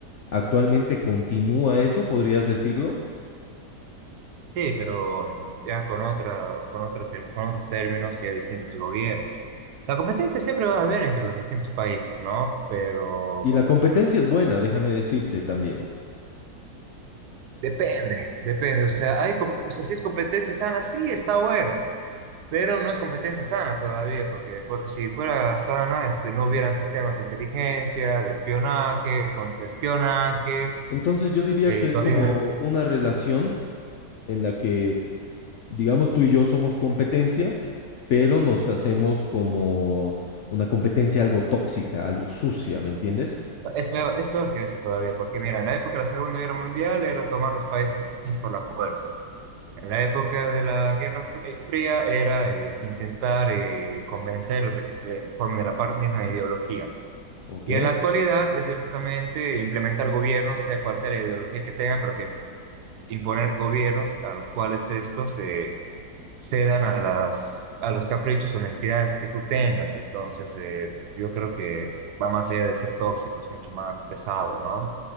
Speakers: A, on the left (about 70°); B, on the right (about 70°).
A: Actualmente continúa eso, podrías decirlo.
B: Sí, pero mm, ya con otra, con otra, ter- con otros términos y a distintos gobiernos. La competencia siempre va a haber entre los distintos países, ¿no? Pero
A: Y la competencia es buena, déjame decirte también.
B: depende, depende. O sea, hay, com- o sea, si es competencia sana, sí, está bueno. Pero no es competencia sana todavía, porque por- si fuera sana, este, no hubieran sistemas de inteligencia, de espionaje, contraespionaje.
A: Entonces yo diría
B: eh,
A: que es
B: todavía
A: como una relación en la que digamos tú y yo somos competencia, pero nos hacemos como una competencia algo tóxica, algo sucia, ¿me entiendes?
B: es peor, es peor que eso todavía, porque mira, en la época de la Segunda Guerra Mundial era tomar los países por la fuerza. En la época de la Guerra Fr- eh, Fría era eh, intentar eh, convencerlos de que se formen de la par- misma ideología.
A: Ok,
B: Y en la actualidad es directamente implementar gobiernos, sea cual sea la ideología que tengan, porque imponer gobiernos a los cuales estos se cedan a las, a los caprichos o necesidades que tú tengas. Entonces, eh, yo creo que va más allá de ser tóxico, es mucho más pesado, ¿no?